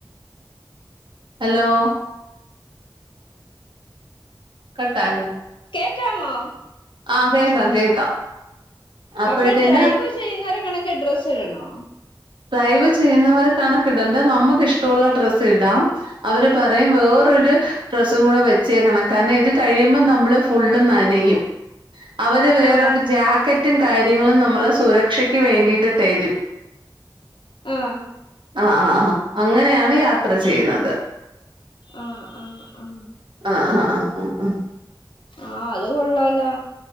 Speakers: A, on the right; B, on the left.
A: ഹലോ കട്ടായൊ
B: കേക്കാമോ
A: ആഹ് കേക്കാം കേക്കാം അപ്പോഴത്തേന്
B: അപ്പൊ ഡ്രൈവ് ചെയ്യുന്നവരെ കണക്ക് ഡ്രസ്സ് ഇടണോ
A: ഡ്രൈവ് ചെയ്യുന്നവരെ കണക്കിടണ്ട നമുക്ക് ഇഷ്ടള്ള ഡ്രസ്സ് ഇടാം അവര് പറയും വേറൊരു ഡ്രസ്സും കൂടെ വെച്ചേക്കണം കാര്ണം ഇത് കഴിയുമ്പൊ നമ്മള് ഫുള്ള് നനയും അവര് വേറൊര്
B: ആഹ്
A: ജാക്കറ്റും കാര്യങ്ങളും നമ്മള സുരക്ഷയ്ക്ക് വേണ്ടീട്ട് തരും
B: ആഹ്
A: ആഹ് ആഹ് അങ്ങനെയാണ് യാത്ര ചെയ്യ്ന്നത്
B: ആഹ് ആഹ് ആഹ്
A: ആഹ് ആഹ് ആഹ് ആഹ്
B: ആ അത് കൊള്ളാല്ലോ